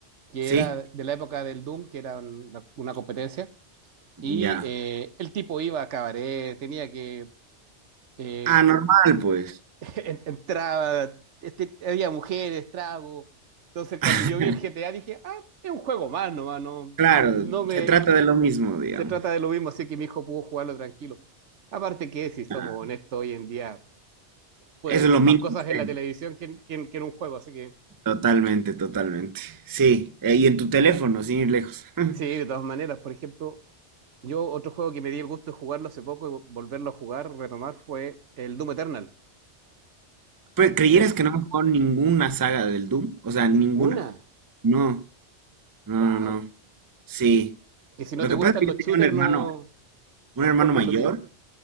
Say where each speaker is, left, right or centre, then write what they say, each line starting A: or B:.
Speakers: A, on the right; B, on the right.
A: que
B: Sí.
A: era de la época del Doom, que era una, una competencia. Y
B: Ya.
A: eh, el tipo iba a cabaret, tenía que eh,
B: Ah, normal, pues.
A: en, entraba, este, había mujeres, trago. Entonces, cuando
B: <laughs>
A: yo vi el GTA, dije, ah, es un juego más nomás, no,
B: Claro,
A: no me.
B: se trata de lo mismo, digamos.
A: Se trata de lo mismo, así que mi hijo pudo jugarlo tranquilo. Aparte que, si somos
B: Ah,
A: honestos, hoy en día puedes
B: eso es
A: ver
B: lo mínimo
A: más cosas
B: que
A: en la
B: ven.
A: televisión que, en- que en- que en un juego, así que
B: Totalmente, totalmente. Sí, eh, y en tu teléfono, sin ir lejos. <laughs>
A: sí, de todas maneras. Por ejemplo, yo otro juego que me di el gusto de jugarlo hace poco y vo- volverlo a jugar, retomar, fue el Doom Eternal,
B: Pues,
A: el
B: ¿creyeras
A: tres
B: que no hemos jugado ninguna saga del Doom? O sea, ninguna.
A: Ninguna.
B: No, no,
A: Wow.
B: no, no. Sí.
A: Que si no
B: Lo
A: te
B: que
A: gustan
B: pasa es que
A: los
B: yo
A: shooters,
B: tenía un hermano,
A: no,
B: un
A: a lo
B: hermano
A: mejor no
B: mayor,
A: es lo tuyo.